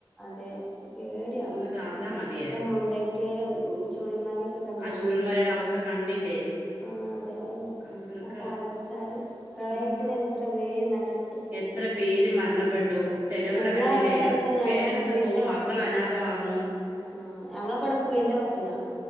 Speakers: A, in the centre; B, on the right.
A: അതെ പേടിയാണ്
B: ഒന്ന് കാത്താ മതിയായിരുന്നു
A: ഇപ്പം മുണ്ട കേരം ചൂരൽമലേക്ക കണ്ടില്ലേ
B: ആ ശൂരന്മാരുടെ
A: കേട്ട്
B: അവസ്ഥ കണ്ടില്ലേ
A: ആഹ് അതെ
B: അവർക്ക്
A: അതകലോയ്ച്ചാല് പ്രളയത്തില്
B: ഉം
A: തന്നെത്ര പേര് മരണപ്പെ
B: എത്ര പേര് മരണപ്പെട്ടു ചെലവര്ടെ
A: ഞങ്ങളവിടെ
B: കണ്ടില്ലേ
A: തന്നെ ഞങ്ങളൊക്കെ
B: പേരൻസ്
A: പുഴന്റെ
B: പോവും
A: വ
B: മക്കള് അനാഥമാവുന്നു
A: ആഹ് ഞങ്ങളൊക്ക ഇവട പുഴന്റ വക്കിനാ